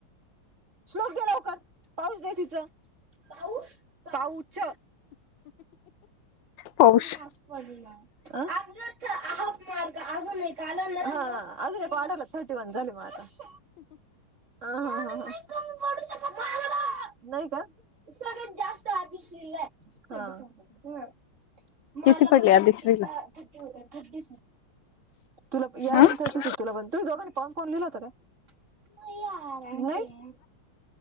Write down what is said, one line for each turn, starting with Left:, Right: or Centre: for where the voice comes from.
Right: श्लोक द्या लवकर पाऊस द तिचं <inaudible> पाऊस पाऊच
Left: पाऊस
Right: मास्क पडला <unintelligible> ा मार् अजून का अजून का ऑर्डरला थर्टी वन झाली मग आता <inaudible> ह हा हा ह <unintelligible> नाही का सगळत जास्त हातीश्रीय <inaudible> ह मला
Left: किती पडले
Right: पण
Left: आदिश्रीला
Right: थर्टि आ थटी थटी तुला याला
Left: हं
Right: पण थर्टीस तुला ब तुम्हाला दोघांना कोण कोण गेल होत ग व्हय ह